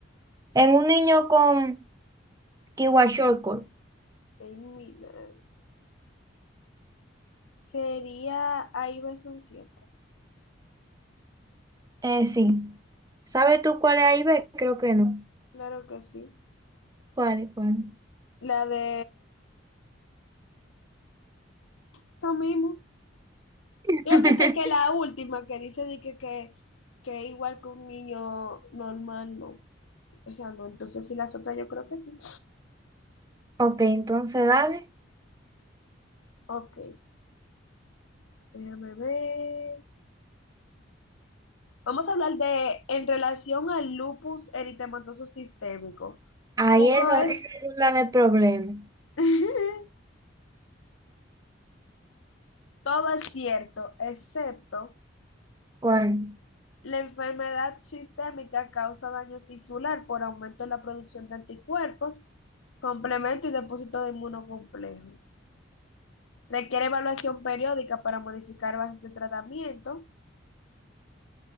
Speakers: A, on the right; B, on the left.
A: En un niño con Kiwa-Shortcut.
B: Ay, mi madre. Sería, hay versión ciertas.
A: Eh, sí. ¿Sabes tú cuál es A y B? Creo que no.
B: Claro que sí.
A: ¿Cuál es cuál?
B: La de eso mismo.
A: <laughs>
B: Yo que sé que la última que dice de que, que, que igual que un niño normal, no. O sea, no. Entonces, sí, las otras yo creo que sí.
A: Ok, entonces dale.
B: Ok, déjame ver. Vamos a hablar de, en relación al lupus eritematoso sistémico.
A: Ahí
B: Todo
A: esa,
B: es,
A: esa es la del problema.
B: <laughs> todo es cierto, excepto
A: ¿Cuál?
B: la enfermedad sistémica causa daño tisular por aumento en la producción de anticuerpos, complemento y depósito de inmunocomplejo. Requiere evaluación periódica para modificar bases de tratamiento.